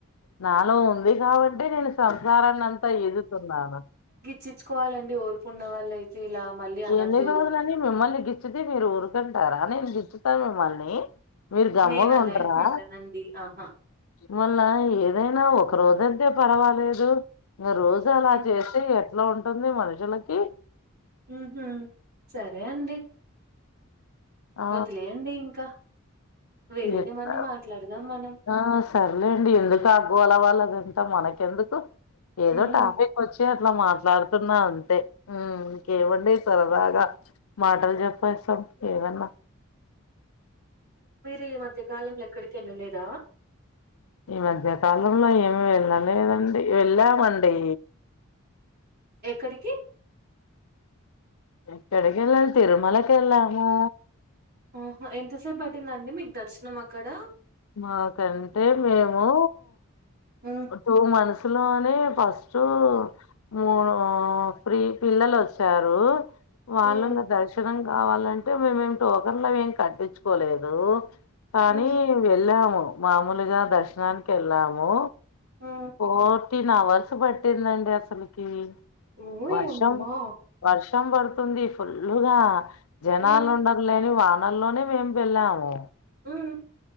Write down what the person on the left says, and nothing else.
నాలో ఉంది కాబట్టే నేను సంసారాన్ని అంతా ఈదుతున్నాను
ఎన్ని రోజులని మిమ్మల్ని గిచ్చితే మీరు ఊరుకుంటారా నేను గిచ్చుతా మిమ్మల్ని మీరు గమ్ముగుంటరా
మళ్ళ ఏదైనా ఒక రోజంతే పర్వాలేదు ఇగ రోజు అలా
చేస్తే ఎట్లా ఉంటుంది మనుషులకి
ఆ
ఎట్లా
ఆ సర్లేండి ఎందుకు ఆ గోల వాళ్ళదంత మనకెందుకు ఏదో
టాపిక్ ఒచ్చే ఇలా మాట్లాడుతున్నా అంతే ఊమ్ ఇంకేముండి సరదాగా మాటలు చెప్పేస్తం ఏదన్న
ఈ మధ్యకాలంలో ఏమి వెళ్ళలేదండి వెళ్ళామండీ
ఎక్కడికెళ్ళాల్ తిరుమలకి ఎళ్ళాము
మాకంటే మేమూ
టూ మంత్స్ లోనే ఫస్టూ ఊ త్రి పిల్లలొచ్చారు వాళ్ళల్ల
దర్శనం కావాలంటే మేమేం టోకన్లు అవేం కట్టించుకోలేదు కానీ
ఎళ్ళాము మామూలుగా దర్శనానికి ఎళ్ళాము
ఫోర్టీన్ అవర్స్ పట్టిందండి అసలకి
వర్షం వర్షం వర్ తుంది ఫుల్లుగా జనాలు
ఉండర్లే అని వానల్లోనే మేము వెళ్ళాము